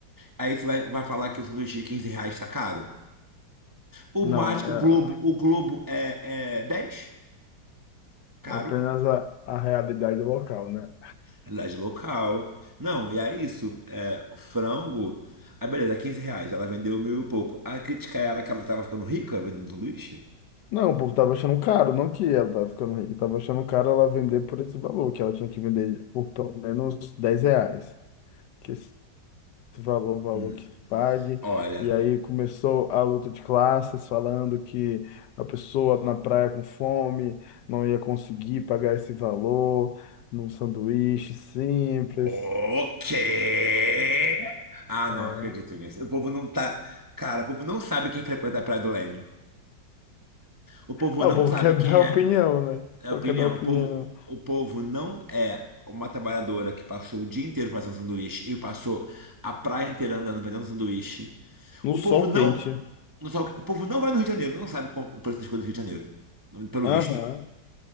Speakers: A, on the right; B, on the left.
A: Aí você vai, vai falar que o sanduíche de 15 reais tá caro? O
B: Não,
A: mate,
B: é.
A: o Globo, o Globo é, é 10, caro.
B: É apenas a, a realidade local, né?
A: Realidade local. Não, e é isso. É, o frango. Aí beleza, é 15 reais. Ela vendeu mil e pouco. A crítica era que ela tava ficando rica vendendo um sanduíche?
B: Não, o povo tava achando caro, não que ela tava ficando rica, tava achando caro ela vender por esse valor, que ela tinha que vender por pelo menos 10 reais, que esse valor, é o valor
A: Hum,
B: que se pague.
A: olha.
B: E aí começou a luta de classes, falando que a pessoa na praia com fome não ia conseguir pagar esse valor num sanduíche simples.
A: O quê? Ah, não
B: É.
A: acredito nisso. O povo não tá. Cara, o povo não sabe quem frequenta a Praia do Leme. O povo
B: Ah,
A: não
B: o povo
A: sabe
B: quer
A: quem
B: dar
A: é
B: opinião, né?
A: é
B: Só
A: a opinião.
B: quer dar opinião.
A: O povo, o povo não é uma trabalhadora que passou o dia inteiro fazendo sanduíche e passou a praia inteira andando vendendo sanduíche.
B: No
A: O
B: sol
A: povo não,
B: quente.
A: não sabe o que- o povo não vai no Rio de Janeiro, não sabe qual- o preço das coisas do Rio de Janeiro, pelo
B: Aham.
A: visto,